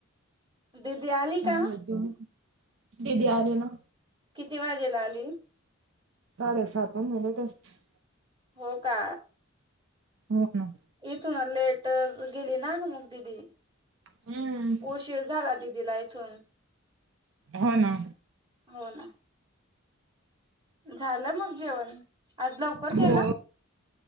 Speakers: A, on the right; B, on the right.
A: दिदी आली
B: चांगलं
A: का?
B: जेवून दिदी आले ना.
A: किती वाजेला आली
B: साडे सात म मले ते <unintelligible>
A: हो का?
B: हो ना.
A: इथून लेटच गेली ना, ग मग दिदी.
B: हम्म
A: उशीर झाला, दिदीला इथून,
B: हो ना.
A: हो, ना. झालं मग जेवण? आज लवकर
B: हो
A: केला?